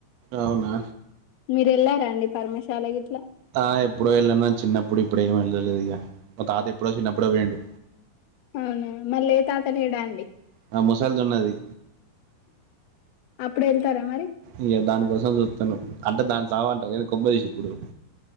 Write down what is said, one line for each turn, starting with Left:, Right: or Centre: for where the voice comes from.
Right: అవునా
Left: మీరు వెళ్లార అండి పర్మశాల గిట్లా
Right: ఆ ఎప్పుడో వెళ్ళ చిన్న పుడు ఇప్పుడ ఏ వెళ్ళలేదు ఇక మ తాత ఎప్పుడో చిన్నప్పుడో వేండు
Left: అవునా మళ్ళీ ఏ తాత లేరా అండి
Right: ఆ ముసలిది ఉన్నది
Left: అప్పుడు వెళ్తారా మరి
Right: ఇక దానికోసం చూస్తాను అంటే దాన్ని చగుంట కొంపతీసి ఇప్పుడు